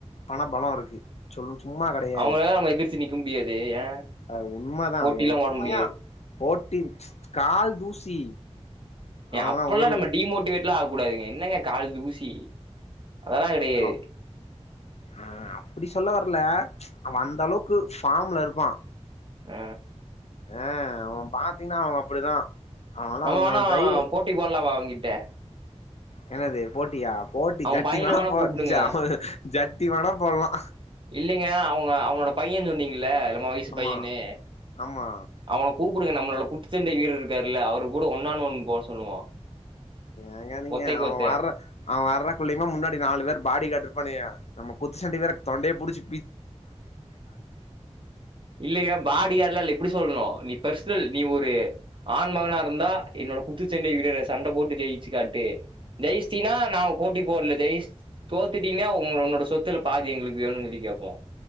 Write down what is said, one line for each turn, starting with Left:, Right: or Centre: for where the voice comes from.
Left: பண பலோ இருக்கு சொல்லு சும்மா கெடையாது
Right: அவங்களலாம் நம்ம எதிர்த்து நிக்க முடியாது. ஏன்
Left: அ உண்மதா
Right: போட்டிலாம்
Left: ஏ உண்மையா
Right: போட முடியாது.
Left: ஓட்டிங்ஸ் கால் தூசி
Right: எ
Left: அவன்லா
Right: அப்ட்லா
Left: ஒரு
Right: நம்ம டிமோட்டிவேட்லா ஆக கூடாதுங்க என்னங்க கால் தூசி அதெல்லாம் கிடையாது.
Left: அவ் அ அப்படி சொல்ல வர்ல அவ அந்த அளவுக்கு ஃபார்ம்ல இருப்பா
Right: அ
Left: அ அவ பாத்தீங்கன்னா அவ அப்டிதா அவன்லா
Right: நம்ம
Left: ஒன்னு
Right: வேணா
Left: அவ டிரைவு
Right: போட்டி போட்லா வா அவங்கிட்ட
Left: என்னது போட்டியா போட்டி
Right: அவன்
Left: ஜட்டி
Right: பையன
Left: வேனா
Right: வேணா
Left: போ
Right: கூப்பிடுங்க.
Left: ஜ ஜட்டி வேணா போட்லா
Right: இல்லிங்க அவங்க அவனோட பையன் சொன்னீங்கள உங்க வயசு
Left: ஆமா
Right: பையனு
Left: ஆமா
Right: அவன கூப்டுங்க நம்மளோட குத்துச்சண்டை வீரர்ருக்கரு கூட ஒன்னான் ஒன் போட சொல்லுவோ
Left: ஏங்க நீங்க
Right: ஒத்தைக்கு
Left: அவ
Right: ஒத்த
Left: வர்ற அவ வர்றக்குள்ளயுமே முன்னாடி நாலு பேர் பாடி கார்ட் இருப்பானுங்க நம்ம குத்துச்ச சண்டக்கு வேற தொண்டைய புடிச்சி
Right: இல்லயா பாடி கார்ட்லா இல்ல இப்டி சொல்ணு நிப் பர்சனல் நீ ஒரு ஆண் மகனாருந்தா என்னோட குத்துச்சண்டை வீரர சண்ட போட்டு ஜெயிச்சி காட்டு ஜெயிஸ்டீனா நா போட்டி போல்ல ஜெய்ஸ் தோத்துட்டீன்னா உங்க உன்னோட சொத்துல பாதி எங்களுக்கு வேணுன் சொல்லி கேப்போ